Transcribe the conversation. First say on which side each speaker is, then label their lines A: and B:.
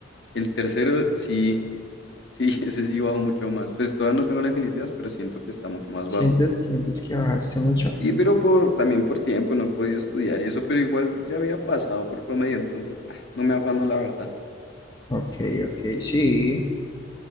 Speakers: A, on the left; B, on the left.
A: El tercero sí, Sí, <laughs> ese sí bajo mucho más. Pues todavía no tengo la definitivas, pero siento que está mucho más
B: ¿Sientes,
A: bajo.
B: sientes que bajaste mucho?
A: Sí, pero por, también por tiempo no he podido estudiar y eso, pero igual ya había pasado por promedio, entonces ah, no me afano la verdad.
B: Ok, ok, sí,